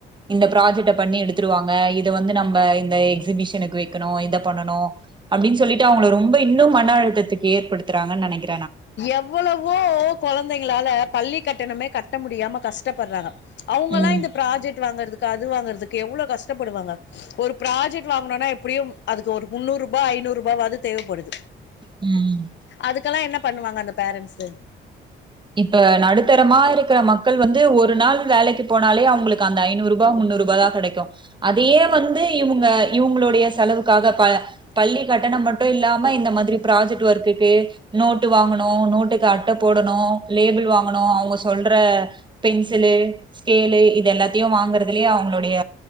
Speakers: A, on the right; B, on the left.
A: இந்த ப்ராஜெக்ட பண்ணி எடுத்துட்டு வாங்க இத வந்து நம்ம இந்த எக்ஸிபிஷனுக்கு வைக்கணு இத பண்ணணு அப்டின்னு சொல்லிட்டு அவங்கள ரொம்ப இன்னும் மன அழுத்தத்துக்கு ஏற்படுத்துறாங்கன்னு நெனைக்
B: எவ்வளவோ கொழந்தைங்களால பள்ளி கட்டணமே கட்ட முடியாம கஷ்டப்பட்றாங்க அவங்க எல்லா
A: ம்
B: இந்த ப்ராஜெக்ட் வாங்கறதுக்கு அது வாங்குறதுக்கு எவ்ளோ கஷ்டப்படுவாங்க ஒரு ப்ராஜெக்ட் வாங்கனும்னா எப்டியோ‌ அதுக்கு ஒரு முன்னூறு ரூபா ஐநூறு ரூபாயாவது தேவப்படுது
A: ம்
B: அதுக்கெல்லா என்ன பண்ணுவாங்க அந்த பேரண்ட்ஸ்
A: இப்ப நடுத்தரமா இருக்குற மக்கள் வந்து ஒரு நாள் வேலைக்கு போனாலே அவுங் அவுங்களுக்கு அந்த ஐநூறு ரூபா முன்னூறு ரூபா தா கெடைக்கு அதையே வந்து இவங்க இவங்களுடைய செலவுக்காக ப பள்ளி கட்டணம் மட்டு இல்லாம இந்த மாதிரி ப்ராஜெக்ட் ஒர்க்குக்கு நோட்டு வாங்கணு நோட்டுக்கு அட்ட போடணு லேபிள் வாங்கணு அவங்க சொல்ற பென்சிலு ஸ்கேலு இது எல்லாத்தையு வாங்குறதுலயே அவங்களுடைய